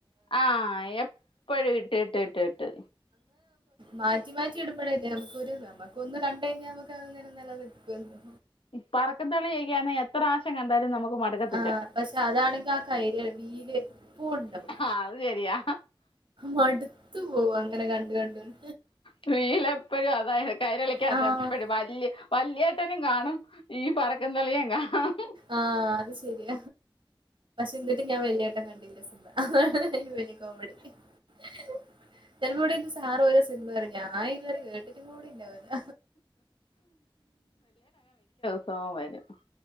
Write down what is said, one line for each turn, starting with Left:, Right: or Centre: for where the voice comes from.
Left: ആ എപ്പോഴും ഇട്ട് ഇട്ട് ഇട്ട് ഇട്ട്
Right: മാറ്റി മാറ്റി ഇടുമ്പോഴല്ലേ നമുക്കൊരു നമുക്ക് ഒന്ന് കണ്ട് കഴിഞ്ഞാൽ നമുക്ക് നിലനിൽക്കുമല്ലോ
Left: പറക്കുംതളികയൊക്കെ ആണെങ്കിൽ എത്ര പ്രാവശ്യം കണ്ടാലും നമുക്ക് മടുക്കത്തില്ല.
Right: ആഹ് പക്ഷെ അതാണെങ്കി ആ കൈര് വീല് എപ്പോ ഉണ്ടാവും
Left: അത് ശരിയാ
Right: മടുത്തു പോവും അങ്ങനെ കണ്ട് കണ്ട്
Left: ടി. വി എപ്പോഴും അതാ കൈരളിയ്ക്കകത്ത്
Right: ആഹ്
Left: എപ്പോഴും വലിയ വലിയ ട്ടനും കാണും ഈ പറക്കും തളിയേം കാണും
Right: ആ അത് ശരിയ എന്നിട്ടും ഞാൻ വല്യേട്ടൻ കണ്ടില്ല. അതെ വലിയ കോമഡി <unintelligible> സാറ് ഓരോ സിനിമ പറയും ഞാൻ ഇതുവരെ കേട്ടിട്ടുപോലുമില്ല
Left: <unintelligible>